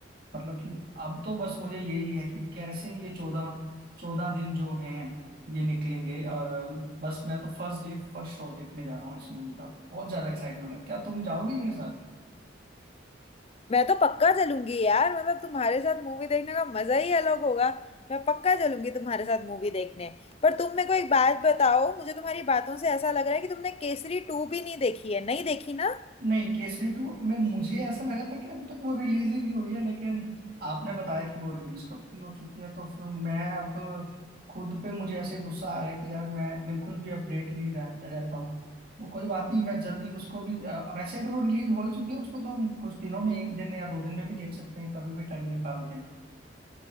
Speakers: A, on the right (about 50°); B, on the left (about 30°).
A: मतलब कि अब तो बस मुझे यही है कि कैसे ये चौदह चौदह दिन जो हैं ये निकलेंगे और अ, बस मैं तो फर्स्ट डे फर्स्ट शो देखने जा रहा हूँ इस मूवी का बहुत ज्यादा एक्साइटमेंट है क्या तुम जाओगी मेरे
B: मैं तो पक्का चलूंगी यार मतलब तुम्हारे साथ मूवी देखने का मजा ही अलग होगा मैं पक्का चलूंगी तुम्हारे साथ मूवी देखने पर तुम मेरे को एक बात बताओ मुझे तुम्हारी बातों से ऐसा लग रहा है कि तुमने केसरी टू भी नहीं देखी है नहीं देखी ना
A: नहीं केसरी टू में मुझे ऐसा लगा था कि अब तक वो रिलीज ही नहीं हुई है लेकिन आपने बताया कि वो रिलीज कब की हो चुकी है तो फिर मैं अब खुद पे मुझे ऐसे गुस्सा आ रहा है कि यार मैं बिल्कुल भी अपडेट नहीं रह, रहता हूँ वो कोई बात नहीं मैं जल्दी उसको भी अ, वैसे अगर वो रिलीज हो ही चुकी है उसको तो हम कुछ दिनों में एक दिन में या दो दिन में भी देख सकते हैं कभी भी टाइम निकाल के।